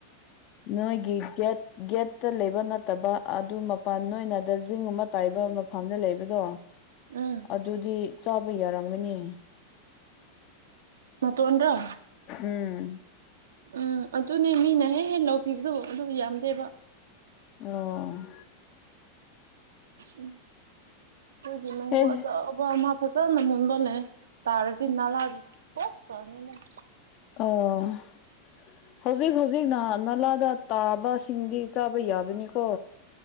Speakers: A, on the left; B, on the right.
A: ꯅꯣꯏꯒꯤ ꯒꯦꯠ ꯒꯦꯠꯇ ꯂꯩꯕ ꯅꯠꯇꯕ ꯑꯗꯨ ꯃꯄꯥꯟ ꯅꯣꯏꯅ ꯗꯁꯕꯤꯟꯒꯨꯝꯕ ꯇꯥꯏꯕ ꯃꯐꯝꯗ ꯂꯩꯕꯗꯣ꯫
B: ꯎꯝ
A: ꯑꯗꯨꯗꯤ ꯆꯥꯕ ꯌꯥꯔꯝꯒꯅꯤ꯫
B: ꯃꯇꯣꯟꯗꯔ꯭ ꯫
A: ꯎꯝ
B: ꯎꯝ ꯑꯗꯨꯅꯦ ꯃꯤꯅ ꯍꯦ ꯍꯦ ꯂꯧꯈꯤꯕꯗꯣ ꯑꯗꯨ ꯌꯥꯝꯗꯦꯕ꯫
A: ꯑꯣ
B: ꯎꯝ ꯈꯣꯏꯒꯤ ꯃꯦꯡꯒꯣ
A: ꯑꯦ
B: ꯑꯆꯧꯕ ꯑꯃ ꯐꯖꯅ ꯃꯨꯟꯕ ꯂꯩꯌꯦ ꯫ ꯇꯥꯔꯗꯤ ꯅꯂꯥꯗ ꯇꯣꯛ ꯇꯥꯅꯤꯅꯥ ꯫
A: ꯑ ꯍꯧꯖꯤꯛ ꯍꯧꯖꯤꯛꯅ ꯅꯂꯥꯗ ꯇꯥꯕꯁꯤꯡꯗꯤ ꯆꯥꯕ ꯌꯥꯕꯅꯤꯀꯣ꯫